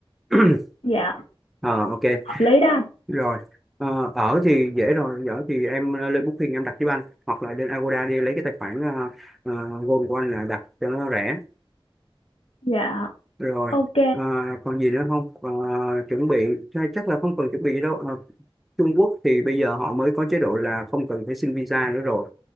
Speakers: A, in the centre; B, on the left.
A: <clears throat>
B: dạ
A: Ờ ok
B: hợp lý đó anh.
A: rồi Ờ, ở thì dễ rồi ở thì em ờ, lên Booking em đặt giúp anh hoặc là lên Agoda đi lấy cái tài khoản uh, Gold của anh là đặt cho nó rẻ
B: dạ
A: rồi
B: ok
A: Ờ, còn gì nữa không Ờ, chuẩn bị chắc là không cần chuẩn bị gì đâu Ờ, Trung Quốc thì bây giờ họ mới có chế độ là không cần phải xin visa nữa rồi